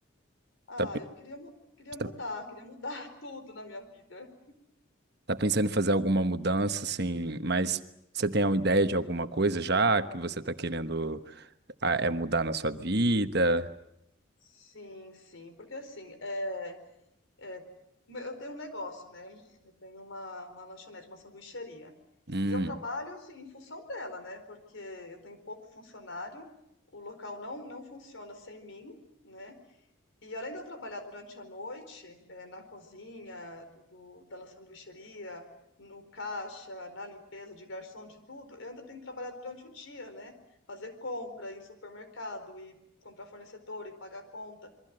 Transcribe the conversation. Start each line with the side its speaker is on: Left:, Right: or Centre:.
Left: Ah,
Right: tá, pe-
Left: eu queria, mu- queria mudar,
Right: tá
Left: queria mudar <laughs> tudo na minha vida.
Right: Tá pensando em fazer alguma mudança, assim, mas você tem uma ideia de alguma coisa já que você tá querendo ah, é mudar na sua vida?
Left: Sim, sim, porque assim, é, É, eu tenho um negócio, né? Eu tenho uma, uma lanchonete, uma sanduicheria.
Right: Hum,
Left: E eu trabalho, assim, em função dela, né? Porque eu tenho pouco funcionário, o local não, não funciona sem mim, né? E além de eu trabalhar durante a noite, eh, na cozinha do, do- da sanduicheria, no caixa, na limpeza de garçom, de tudo, eu ainda tenho que trabalhar durante o dia, né? Fazer compra, ir em supermercado, e comprar fornecedor e pagar conta.